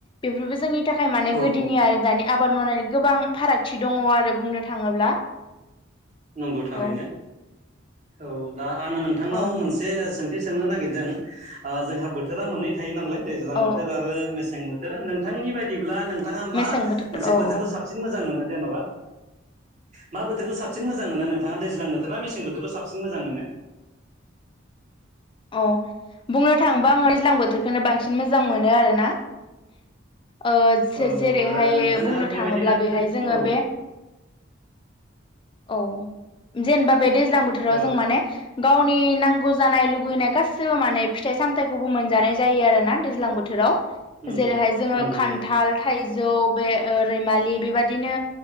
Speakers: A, on the left; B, on the right.
A: बेफोरबो जोंनि थाखाय माने
B: औ
A: गोदोनि
B: औ
A: आरो दानि आबाद मावनायनि गोबां फारागथि दङ आरो बुंनो थाङोब्ला।
B: नंगौ थारैनो
A: औ
B: औ दा आङो नोंथांनाव
A: औ
B: मोनसे सोंथि सोंनो नागिरदों जोंहा बोथोरा मोननै थायो नालाय दैजां
A: औ
B: बोथोर आरो मेसें बोथोर नोंथांनि बायदिब्ला नोंथाङा
A: मेसें
B: मा
A: बोथोर
B: मोनसे
A: औ
B: बोथोरखौ
A: औ
B: साबसिन मोजां मोनो जेनेबा। मा बोथोरखौ साब साबसिन मोजां मोनो नोंथाङा दैज्लां बोथोर ना मेसें बोथोरखौ साबसिन मोजां मोनो।
A: अ बुंनो थाङोबा आङो दैज्लां बोथोरखौनो बांसिन मोजां मोनो आरोना।
B: <inaudible>
A: ओ-जे-जेरैहाय
B: औ औ आरो नोंथाङा
A: बुंनो
B: बेबायदिनो
A: थाङोब्ला बेहाय जोङो
B: औ
A: बे औ जेनेबा बे दैज्लां बोथोराव
B: औ
A: जों माने गावनि नांगौ जानाय लुगैनाय गासिबो माने फिथाइ सामथायाइखौबो मोनजानाय जायो आरोना दैज्लां बोथोराव।
B: नंगौ
A: जेरैहाय जोङो
B: नंगौ
A: खान्थाल
B: नंगौ
A: थाइजौ बे रैमालि बेबादिनो।